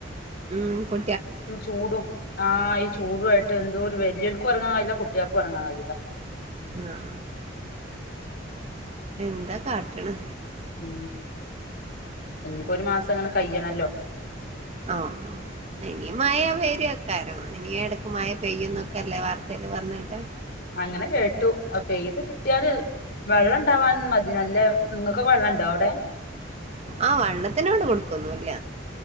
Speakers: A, on the right; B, on the left.
A: ഉ കൊ
B: ചൂടും ആഹ് ഈ ചൂടു ആയിട്ട് എന്തോ ഒരു വെല്ലിയൽക്കും ഇറങ്ങാൻ കഴയില്ല കുട്ടികൾക്കും ഇറങ്ങാൻ കഴയില്ല
A: ആഹ എന്താ കാട്ടണ
B: ഉ ഇനിയിപ്പോഒരു മാസം അങ്ങനെ കഴിയണല്ലോ
A: ആഹ ഇനി മഴ പയ്യക്കാരോ ഇനി എടക്ക് മഴ പെയ്യും എന്നൊക്കെ അല്ലേ വാർത്തൽ പറഞ്ഞ കേട്ടേ
B: അങ്ങനെ കേട്ടു പെയ്ത് കിട്ടിയാല് വെള്ളം ഉണ്ടാവാൻ മതി നല്ല നിങ്ങൾക്ക് വെള്ളം ഉണ്ടോ അവിടെ
A: ആഹ് വെള്ളത്തിനോട് കൊടുക്കൊന്നുല്ല